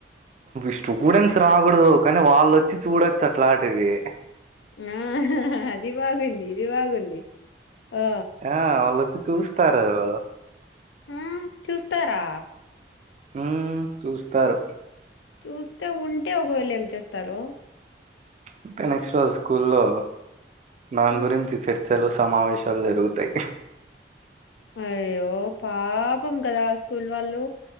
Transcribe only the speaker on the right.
స్టూడెంట్స్ రాకూడదు కానీ వాళ్ళోచ్చి చూడొచ్చు అట్లాంటివి
ఆ వాళ్ళు <unintelligible>
హ్మ్ చూస్తారు
అంటే నెక్స్ట్ రోజు స్కూల్లో దాని
గురించి చర్ సెలవు సమావేశాలు జరుగుతయ్